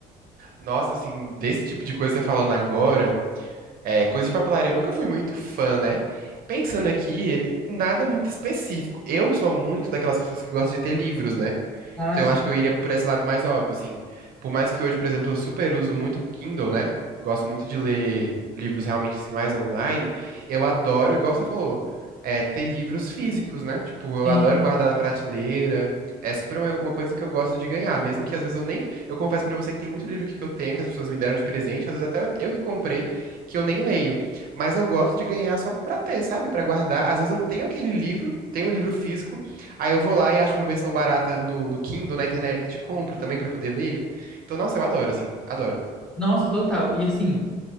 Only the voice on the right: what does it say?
Nossa, assim, desse tipo de coisa falando agora, é, coisa de papelaria, eu nunca fui muito fã, né? Pensando aqui, nada muito específico. Eu sou muito daquelas pessoas que gostam de ter livros, né?
Então
eu acho que eu iria por esse lado mais óbvio, assim. Por mais que hoje, por exemplo, eu super uso muito Kindle, né? Gosto muito de ler livros realmente assim mais online. Eu adoro, igual você falou, é, ter livros físicos, né? Tipo, eu
adoro guardar na prateleira. É super uma, uma coisa que eu gosto de ganhar, mesmo que às vezes eu nem, eu confesso pra você que tem muito livro aqui que eu tenho que as pessoas me deram de presente, às vezes até eu que comprei, que eu nem leio, mas eu gosto de ganhar só pra ter, sabe? Pra guardar. Às vezes eu tenho aquele livro, tenho o livro físico Aí eu vou lá e acho uma versão barata no, no Kindle, na internet, e compro também pra poder ler. Então, nossa, eu adoro, assim, adoro.